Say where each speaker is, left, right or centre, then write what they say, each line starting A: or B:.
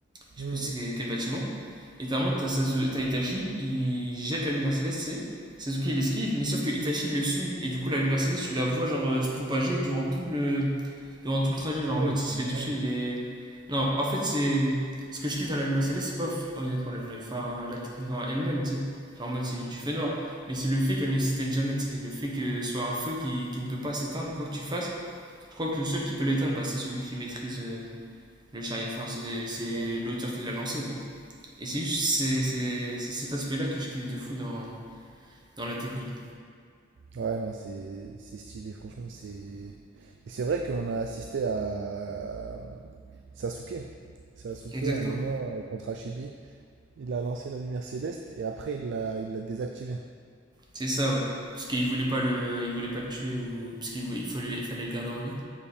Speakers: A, on the right; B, on the right.
A: Je
B: Mhm.
A: sais plus c'est quel quel bâtiment. Et t'as un moment, t'as Sasu- t'as Itachi, il jette la lumière céleste, tu sais. Sasuke, il esquive, mais sauf que Itachi le suit. Et du coup, la lumière céleste, tu la vois, genre, euh, se propager durant tout le durant tout le trajet,
B: Ouais,
A: genre
B: ouais,
A: en mode
B: il
A: s'il
B: fait
A: se
B: une
A: fait
B: arène.
A: toucher, il est. Non, en fait, c'est. Ce que je kiffe dans la lumière céleste, c'est pas honnêtement la, lumière- enfin, la technique en elle-même, tu sais. Genre en mode c'est du feu noir. Mais c'est le fait qu'elle ne s'éteigne jamais, tu sais. Le fait que ce soit un feu qui, qui ne peut pas s'éteindre, quoi que tu fasses. Je crois que le seul qui peut l'éteindre, bah, c'est celui qui maîtrise euh, le chariot. Enfin, c'est c'est
B: Ouais,
A: l'auteur qui l'a lancé, quoi. Et c'est juste c'est, c'est, c'est cet aspect-là que je kiffe de fou dans, dans la technique.
B: Ouais, non, c'est c'est stylé, franchement, c'est. Et c'est vrai qu'on a assisté à euh, Sasuke. Sasuke,
A: Exactement.
B: à un moment, euh, contre Hachibi, il a lancé la lumière céleste et après, il l'a il l'a désactivée.
A: C'est ça, ouais. Parce qu'il voulait pas le, il voulait pas le tuer ou parce qu'il voulait- il fallait, il fallait le garder en vie.